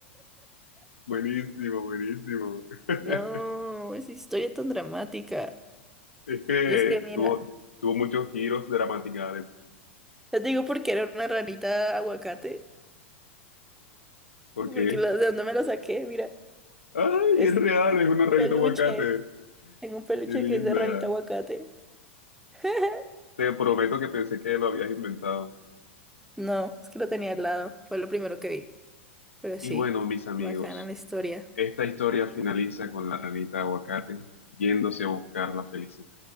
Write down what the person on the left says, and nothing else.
<laughs> Buenísimo, buenísimo. <laughs>
Es que
tuvo, tuvo muchos giros gramaticales.
¿Por qué?
ay,
es real,
es una
rayita
aguacate.
Qué linda.
Te prometo que pensé que lo habías inventado.
Y bueno, mis amigos,
esta historia finaliza con la ranita aguacate yéndose a buscar la felicidad.